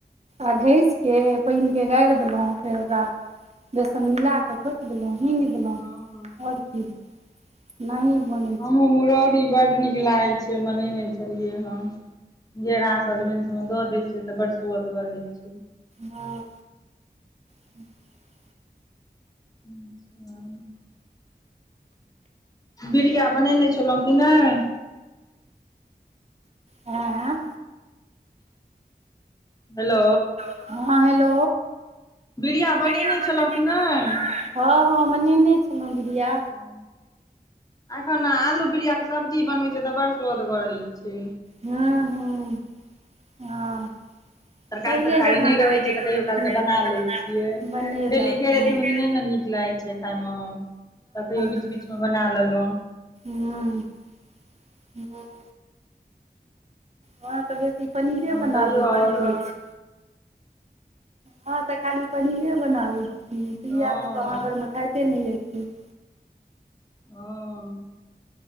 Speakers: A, on the right; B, on the left.
A: आ घसि कऽ पानिकेँ गारि देलहुँ, फेर ओकरा बेसन मिला कऽ खोट देलहु हींग देलहु
B: हँ
A: और की, ऐना ही बनय
B: हमहु मुरौरी बड नीक लागे छै, बनेने छलिय हन, घेरा सजमेन सब में द देय छिय तऽ, बड़ सुउदगर होय छै।
A: हं <inaudible>
B: <unintelligible> बिड़िया बनेने छलहुँं की नहि।
A: हँ
B: हेलो
A: हँ हेलो
B: बिड़िया
A: बिरिया बनेने
B: छलहुँ
A: छलौह
B: नहि
A: कि नेय। हँ- हँ बनेने छलौं बिरिया।
B: अच्छा एखन आलू बिरिया के सब्जी बनबय छिय तऽ बर सु्वदगर होय छै।
A: हँ -हँ हँऽ
B: तरकारी
A: पहिले
B: तरकारी
A: जेका,
B: नहि रहै
A: टाइम नै
B: तऽ
A: रहे छै जखन
B: कालके
A: कहियो काल के
B: लै
A: बना लेय छियै, बनेलक
B: डेली घेरे
A: बना
B: झुगनी नहि ने नीक लागै छै खायमे तऽ कहियो बीच
A: देवकी
B: बीचमे बना लेलहुँ
A: नैय <unintelligible> हां अहाँ त बेसी पनीरे
B: तहन
A: बनाबै
B: कहियो
A: छियै,
B: आओर
A: कही यौ और अहाॅं त खाली पनीरे बनाबै छी, भुजीया
B: हँ
A: सब त अहाँ घरमे खाइते नै यै कियौ।
B: हां